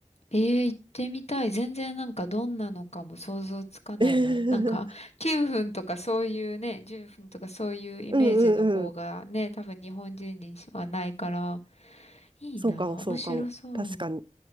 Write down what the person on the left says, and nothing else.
ええ、行ってみたい。全然なんかどんなのかも想像つかないな。
なんか9分とかそういうね、10分とかそういうイメージの方がね、
多分日本人にはないから、いいな。
面白そう。